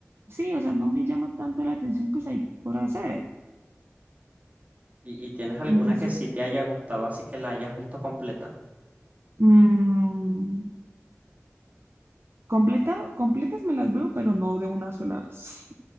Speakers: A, on the right (about 55°); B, on the right (about 30°).
A: sí, o sea, no me llama tanto la atención, pues hay que por hacer.
B: ¿Y, y tienes alguna
A: Entonces,
B: que sí te haya gustado, así que la hayas visto completa?
A: mm, completa, completas me las veo, pero no de una sola vez.